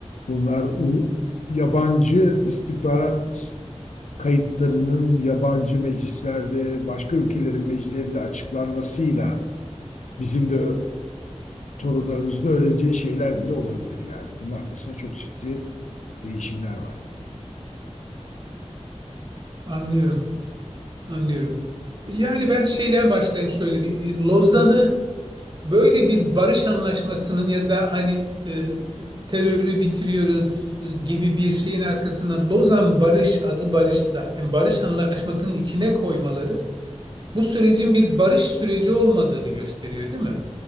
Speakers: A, on the left (about 80°); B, on the right (about 40°).
A: bunlar ulu- yabancı istihbarat kayıtlarının yabancı meclislerde, başka ülkelerin meclislerinde açıklanmasıyla bizim de torunlarımızın öğreneceği şeyler bile olabilir yani. Bunun arkasında çok ciddi değişimler var.
B: Anlıyorum, anlıyorum. Yani ben şeyden başlayayım şöyle bir e, Lozan'ı böyle bir barış anlaşmasının ya da hani e, terörü bitiriyoruz gibi bir şeyin arkasına Lozan Barış adı barış zaten barış anlaşmasının içine koymaları bu sürecin bir barış süreci olmadığını gösteriyor, değil mi?